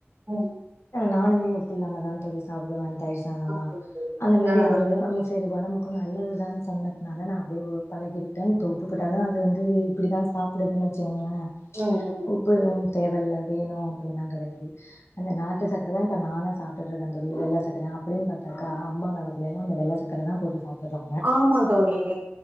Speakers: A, on the right (about 40°); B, on the left (about 80°).
A: உ
B: நானுமே உப்பு இல்லாம தா தோழி சாப்பிடுவேன் தயிர் சாதம்லா
A: அப்டியா தோழி
B: அந்த மாரி
A: ஆ
B: அவரு ஆம் சேரி ஒடம்புக்கு நல்லது <unintelligible> சொன்னதுனால நா அப்படியே பழகிட்டே இப்ப உப்புபோட்டாலு அது வந்து இப்படித்தா சாப்பிடுதுன்னு வச்சுங்க. ஆ ச்
A: ம் ம்
B: உப்பு தேவல்ல வேணு அப்படின்னுல்லா கடையாது. அந்த நாட்டு
A: ம்
B: சக்கரதா இப்ப நானு. சாப்பிட்டுருக்க தோழி வெள்ள சக்கர அப்படின்னு பாத்தாக்க அம்மா காலெத்லல அந்த வெள்ள சக்கர தா போட்டு சாப்பிட்றாங்க.
A: ஆமா தோழிநீ